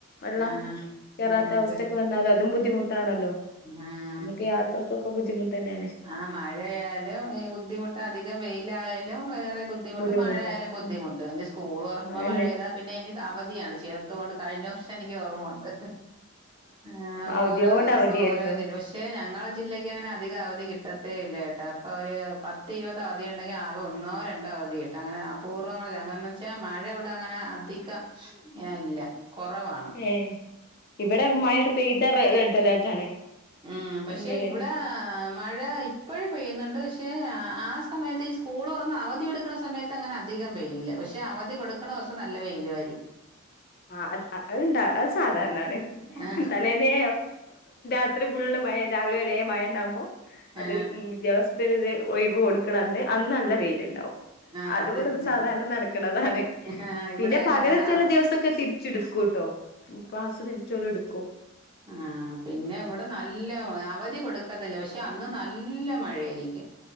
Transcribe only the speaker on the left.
വെള്ളം
കേറാത്ത
അവസ്ഥക്ക്
വന്നാലും അതും ബുദ്ധിമുട്ടാണല്ലോ.
ഇനി ഒക്കെ യാത്രക്കൊക്കെ ബുദ്ധിമുട്ട് തന്നേണ്.
ബുദ്ധിമുട്ടാ
ഉം
അതന്നെ
അവധിയോട്
അവധിയായിരുന്നു
ഏ ഇവിടെ മഴെണ്ട് പെയ്താ റെഡ് അലേർട്ടാണ്
ജില്ലയില്.
ആ അത് അത്ണ്ട അത് സാധാരണാണ്
തലേന്നേ ഇത്രി ഫുള്ള് മഴ രാവിലെ വരെ മഴ ഉണ്ടാവകുമ്പോ അത്
ഉം വിദ്യാഭ്യാസ് ത്തിന് ത് ഒയിവ് കൊടുക്കണന്ന് അന്ന് നല്ല വെയില്ണ്ടാവും.
അതുവിടെത്
സാധാരണ നടക്കണതാണ്
പിന്നെ
പകരം ചില
ദിവസ ക്കെ തിരിച്ചെടുക്കുംട്ടോ ക്ലാസ്സ് തിരിച്ചോല് ഇടുക്കും.